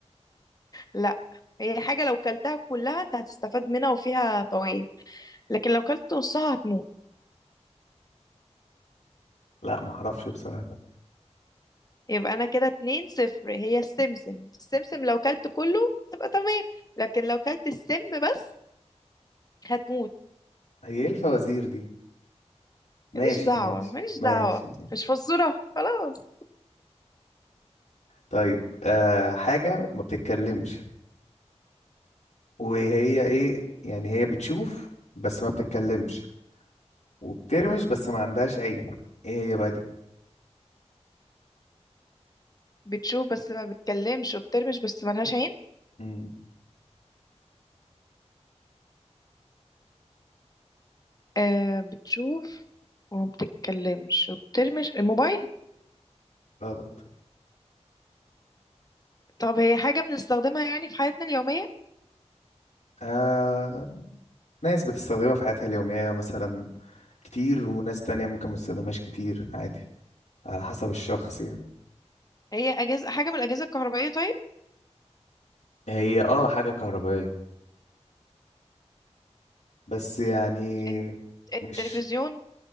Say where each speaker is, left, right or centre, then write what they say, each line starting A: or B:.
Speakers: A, on the left; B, on the left.
A: لا هي حاجة لو كلتها كلها انت هتستفاد منها وفيها فوائد لكن لو كلت نصها هتموت
B: لا ما اعرفش بصراحه
A: يبقى انا كده اتنين صفر هي السمسم السمسم لو كلت كله تبقى تمام لكن لو كلت السم بس هتموت
B: هي ايه الفوازير دي ماشي
A: ماليش دعوة
B: ماشي
A: ماليش
B: ماشي
A: دعوة مش فزورة خلاص
B: طيب آه حاجه ما بتتكلمش وهي ايه يعني هي بتشوف بس ما بتتكلمش وبترمش بس ما عندهاش عين ايه هي بقى دي
A: بتشوف بس ما بتكلمش وبترمش بس ملهاش عين
B: مم.
A: آه بتشوف وما بتتكلمش وبترمي ش- الموبايل
B: غلط
A: طب هي حاجة بنستخدمها يعني في حياتنا اليومية
B: آه... ناس بتستخدمها في حياتها اليومية مثلا كتير وناس تانية ممكن ما تستخدمهاش كتير عادي على حسب الشخص يعني
A: هي أجهزة حاجة من الأجهزة الكهربائية طيب
B: هي اه حاجة كهربائية بس يعني
A: الت- التلفزيون
B: مش